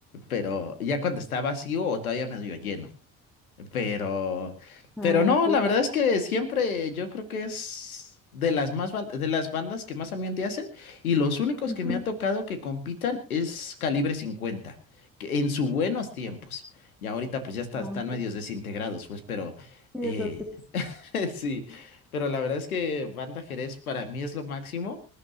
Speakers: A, on the left (about 80°); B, in the centre.
A: pero ya cuando está vacío o todavía medio lleno. Pero,
B: Ah,
A: pero no,
B: ok.
A: la verdad es que siempre yo creo que es de las más ban- de las bandas que más ambiente hacen y los únicos
B: Ujú.
A: que me ha tocado que compitan es Calibre cincuenta que en sus buenos tiempos. Y ahorita pues ya está,
B: Ah,
A: están
B: ok.
A: medios desintegrados, pues, pero
B: Sí,
A: eh,
B: eso es triste.
A: <laughs> Sí, pero la verdad es que Banda Jerez para mí es lo máximo.